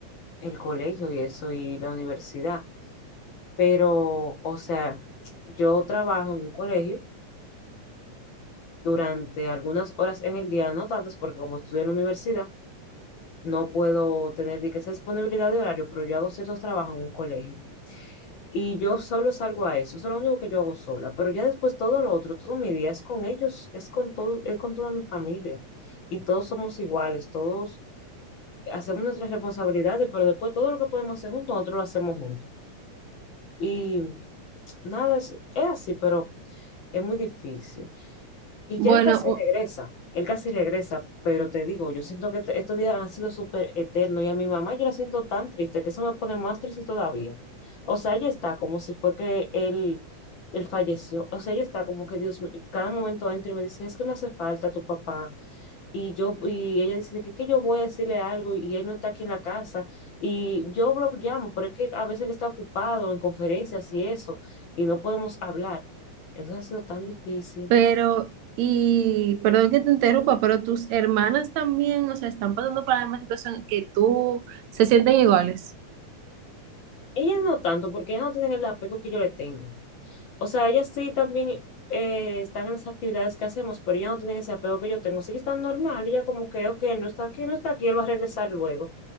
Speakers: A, on the left; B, on the right.
A: el colegio y eso y la universidad. Pero, o sea, yo trabajo en un colegio durante algunas horas en el día, no tantas, porque como estudio en la universidad, no puedo tener de que esa disponibilidad de horario, pero yo hago ciertos trabajos en un colegio. Y yo solo salgo a eso, eso es lo único que yo hago sola. Pero ya después todo lo otro, todo mi día es con ellos, es con todo, es con toda mi familia. Y todos somos iguales, todos hacemos nuestras responsabilidades, pero después todo lo que podemos hacer juntos, nosotros lo hacemos juntos. Y nada, es, es así, pero es muy difícil. Y
B: Bueno,
A: ya él casi
B: o-
A: regresa, él casi regresa, pero te digo, yo siento que te- estos días han sido súper eternos y a mi mamá yo la siento tan triste que eso me pone más triste todavía. O sea, ella está como si fue que él, él falleció. O sea, ella está como que Dios, cada momento entra y me dice, es que me hace falta tu papá, y yo y ella dice de que, que yo voy a decirle algo y él no está aquí en la casa y yo lo llamo, pero es que a veces él está ocupado en conferencias y eso y no podemos hablar. Entonces ha sido tan difícil.
B: pero, y perdón que te interrumpa, pero tus hermanas también, o sea, están pasando por la misma situación que tú, se sienten iguales.
A: Ella no tanto porque ella no tiene el apego que yo le tengo. O sea, ellas sí también eh, están en las actividades que hacemos, pero ellas no tienen ese apego que yo tengo. Sí están normal, ella como que, ok, no está aquí, no está aquí, él va a regresar luego.